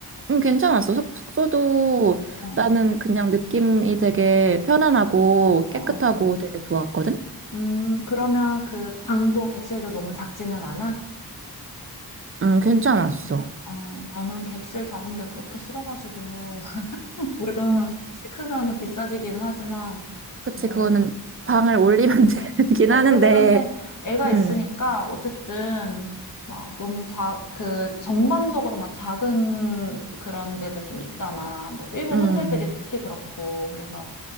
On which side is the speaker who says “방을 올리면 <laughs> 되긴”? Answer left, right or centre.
Right